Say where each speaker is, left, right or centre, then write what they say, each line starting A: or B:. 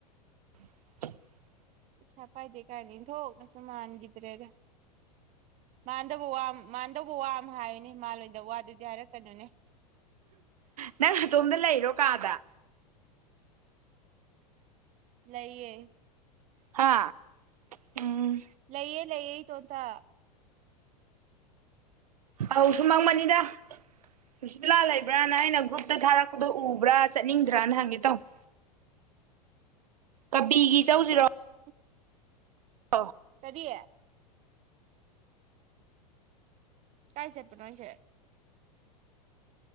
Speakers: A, on the right; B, on the right.
A: <inaudible>
B: ꯄꯩꯁꯥ ꯄꯥꯏꯗꯦ ꯀꯥꯏꯅ ꯏꯟꯊꯣꯛꯅꯁꯨ ꯃꯥꯟꯈꯤꯗ꯭ꯔꯦꯗ ꯃꯥꯟꯗꯕ ꯋꯥ ꯃꯥꯟꯅꯗꯧꯕ ꯋꯥ ꯑꯃ ꯍꯥꯏꯌꯨꯅꯦ ꯃꯥꯜꯂꯣꯏꯗ ꯋꯥꯗꯨꯗꯤ ꯍꯥꯏꯔꯛꯀꯅꯨꯅꯦ
A: ꯅꯪ ꯅꯇꯣꯝꯗ ꯂꯩꯔꯣ ꯀꯥꯗ
B: ꯂꯩꯌꯦ
A: ꯍꯥꯥ ꯎꯝ
B: ꯂꯩꯌꯦ ꯂꯩꯌꯦ ꯏꯇꯣꯟꯇ
A: ꯑꯧ ꯁꯨꯃ ꯍꯪꯕꯅꯤꯗ ꯄꯤꯁꯤꯕꯥꯂꯥ ꯂꯩꯕ꯭ꯔꯥꯅ ꯑꯩꯅ ꯒ꯭ꯔꯨꯞꯇ ꯊꯥꯔꯛꯄꯗꯣ ꯎꯕ꯭ꯔꯥ ꯆꯠꯅꯤꯡꯗ꯭ꯔꯅ ꯍꯪꯒꯦ ꯇꯧꯅ ꯀꯕꯤꯒꯤ ꯆꯧꯖꯤꯔꯣ
B: ꯎꯝ
A: <inaudible>
B: ꯀꯔꯤ ꯀꯥꯢ ꯆꯠꯄꯅꯣ ꯍꯥꯏꯁꯦ